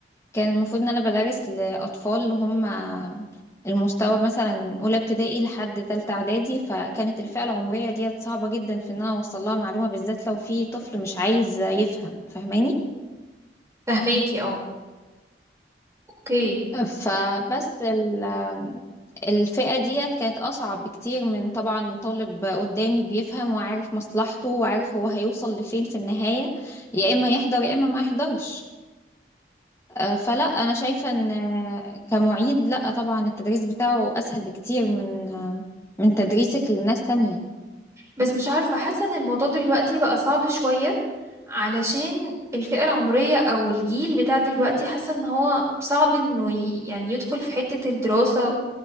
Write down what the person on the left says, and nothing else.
كان المفروض ان انا بدرس لاطفال اللي هم المستوى مثلا من اولى ابتدائي لحد تالتة اعدادي فكانت الفئة العمرية ديت صعبة جدا في ان انا اوصل لها معلومة بالذات لو في طفل مش عايز يفهم فاهماني
فبس ال- الفئة ديت كانت أصعب بكتير من طبعا طالب قدامي بيفهم وعارف مصلحته وعارف هو هيوصل لفين في النهاية يا إما يحضر يا إما ما يحضرش آه، فلا انا شايفه ان آه، كمعيد لا طبعا التدريس بتاعه اسهل بكتير من آه، من تدريسك لناس تانية